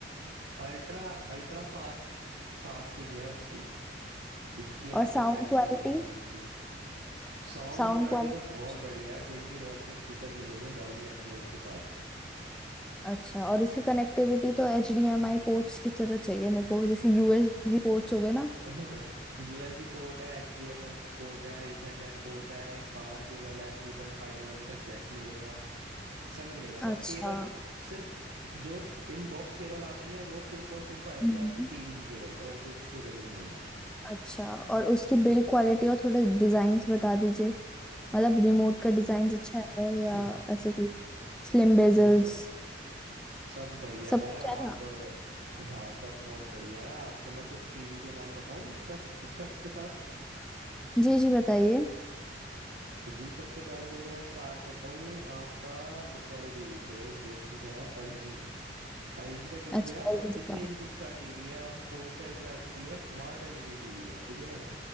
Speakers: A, on the right; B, in the centre.
A: अल्ट्रा अल्ट्रा फास्ट कास्टिंग है उसकी इसकी
B: और
A: आपको
B: साउंड
A: टेंशन
B: क्वालिटी
A: लेने की साउंड
B: Sound
A: क्वालिटी
B: quality
A: तो बहुत बढ़िया है ट्वेंटी वॉट के स्पीकर मिलेंगे डॉल्बी एटमॉस के साथ
B: अच्छा और उसकी कनेक्टिविटी तो H D M I ports की तरह चाहिए मेरे को जैसे यूएसबी पोर्ट्स हो गए ना
A: <laughs> यूएसबी पोर्ट है एचडीएमआई पोर्ट है ईथरनेट पोर्ट है एक पावर केबल है थ्री पॉइंट फाइव एम एम का जैक मिलेगा सब मिलेगा
B: अच्छा
A: बस केबल सिर्फ जो इनबॉक्स केबल आती है वो सिर्फ और सिर्फ आएगी
B: हम्म।
A: आपकी टीवी की केबल और कोई सी केबल नहीं आएगी
B: अच्छा और उसकी बिल्ड क्वालिटी और थोड़े डिजाइन बता दीजिए मतलब रिमोट का डिजाइन अच्छा है या
A: बिल्कुल
B: ऐसे कोई स्लिम बेजल्स
A: जी सब सब बढ़िया
B: सब
A: है
B: कुछ
A: आप
B: है ना
A: अ, हाँ सब बहुत बढ़िया है आपको मैं कुछ टीवी के नाम बताऊं स्पेक्स स्पेक्स के साथ
B: जी जी बताइए
A: जी सबसे पहले तो मैं स्टार्ट करता हूँ आपका इस वाले टीवी से जो कि है LG LG का टीवी
B: अच्छा
A: है फोर्टी
B: LED
A: थ्री
B: का
A: इंच का टीवी है और four K ultra H D है स्मार्ट एलईडी टीवी है ठीक है ना